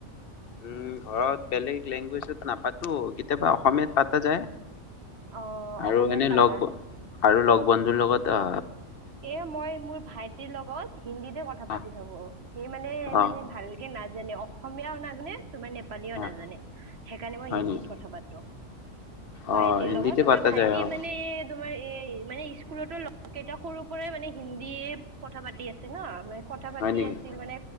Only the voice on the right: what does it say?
অ
অসমীয়াত
পাতা
এ মই মোৰ ভাইটিৰ লগত হিন্দীতে কথা
পাতি থাকো সেই মানে
মানে ভালকে নাচ। অসমীয়াও নাজানে তোমাৰ নেপালীও
নাজানে সেইকাৰণে মই
হিন্দীত
কথা পাতোঁ।
ভাইটিৰ
লগত তোমাৰ
ভাইটি
মানে এ তোমাৰ এ মানে স্কুলতো লগৰ কেইটা সৰু। হিন্দী কথা পাতি আছে নহ আমাৰ। কথা পাতি
আছিল মানে